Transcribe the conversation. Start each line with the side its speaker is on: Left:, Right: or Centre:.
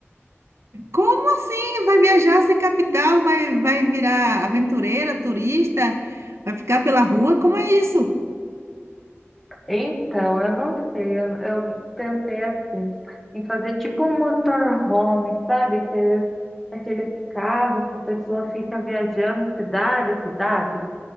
Right: Como assim? Vai viajar sem capital? Vai, vai virar aventureira, turista? Vai ficar pela rua? Como é isso?
Centre: Então, eu não sei, eu, eu pensei assim, em fazer tipo um motorhome, sabe? Aqueles, aqueles carros que a pessoa fica viajando cidade, a cidade.